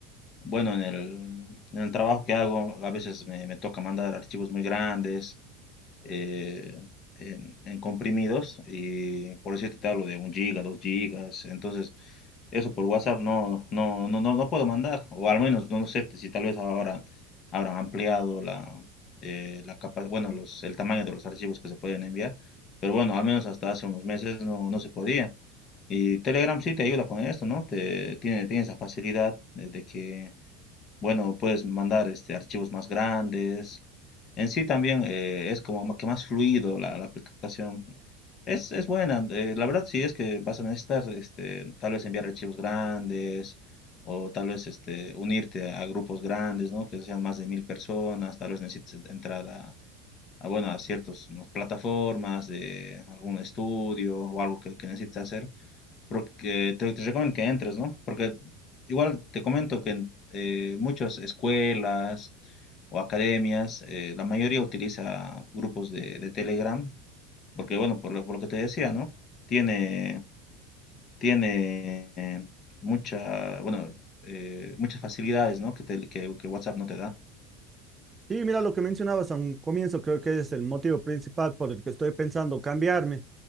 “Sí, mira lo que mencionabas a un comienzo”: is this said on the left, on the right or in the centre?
Right